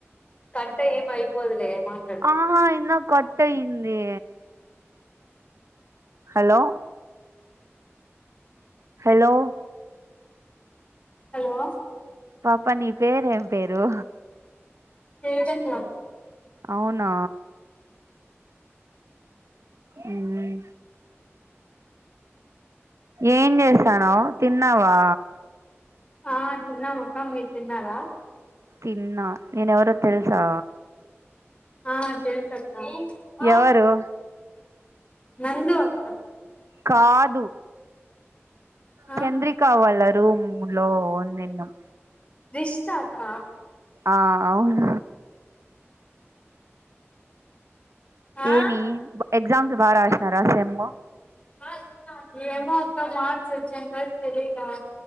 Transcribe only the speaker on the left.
కట్ ఏం అయిపోదులే మాట్లాడు
హలో
ఏజన్య
ఆ తిన్నమక్కా మీర్ తిన్నారా
ఆ తెల్ సక్క ఆ
నందు అక్క
ఆ
రిష్ తక్క
ఆ
ఆ అక్క ఏమో అక్క మార్క్స్ వచ్చేంతవరక్ తెలిద